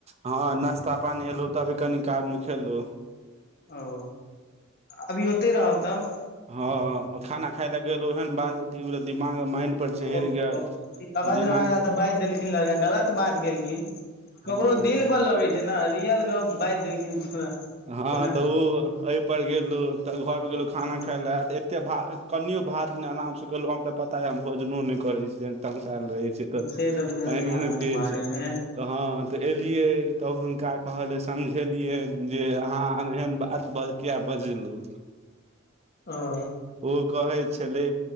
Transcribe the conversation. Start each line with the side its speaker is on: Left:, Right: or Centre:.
Right: हँ नास्ता पानी एलु तभी कनिक आदमी खेलु
Left: ओ अभी ओते रहब तब
Right: हँ खाना खााय ल गेल ओहेन बात अ दिमाग माइंड पर चहरि
Left: ओ
Right: गेल
Left: अभद्द्र
Right: दिमाग
Left: तऽ बाजि देलखिन लड़का गलत बात केलखिन
Right: हँ
Left: ककरो दिल पर लगे छै ने रियल गप बाजि देलखिन पूरा
Right: हँ
Left: केना
Right: तऽ ओ एहिपर गेलहुँ तऽ घर पर गेलहुँ खाना
Left: ओ
Right: खाय लए त एतेक भात कनियो भात नहि आरामसँ कलहुँ हम तऽ पता यइ हम भोजनो नहि करै छियअनि तमसाइल रहै छै तऽ
Left: से बुझल
Right: पायनो
Left: य
Right: ने
Left: अहाँके
Right: पियै
Left: बारे
Right: छैय
Left: मे
Right: तहँ तऽ एयलियै तऽ हुनका कहलै समझेलियनि जे अहाँ एहन बात बड़ किया बजलू
Left: ओ
Right: ओ कहे छले